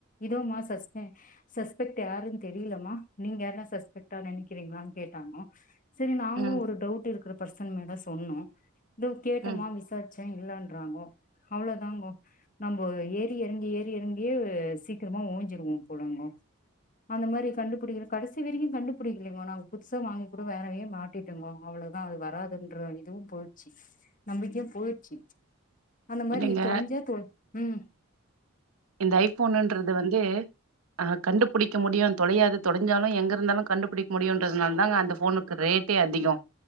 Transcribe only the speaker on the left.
இதோமா சஸ் அ சஸ்பெக்ட் யாருன் தெரிலமா நீங்க யார்னா சஸ்பெக்ட்டா நெனைக்கிறீங்ளான் கேட்டாங்க சேரி நா
ஒரு டவுட் இருக்கிற பர்சன் மேல சொன்னோ இதோ கேட்டம்மா
விசார்ச்சே இல்லன்றாங்கோ அவ்ளோதாங்கோ நம்ம ஏறி இறங்கி ஏறி இறங்கியே சீக்கிரமா ஓஞ்சிருவோம் போலங்கோ அந்த மாரி கண்டுபிடிக்கற கடைசி வெரைக்கு கண்டுபிடிக்கலிங்கோ நாங்க புதுசா வாங்கி கூட வேறவே மாடிட் டங்கோ அவ்ளோதா அது வராதுன்ற இதுவு போயிட்ச்சி நம்பிக்கையும் போயிட்ச்சி அந்த மாரி
தொலைஞ்சா தொ உம்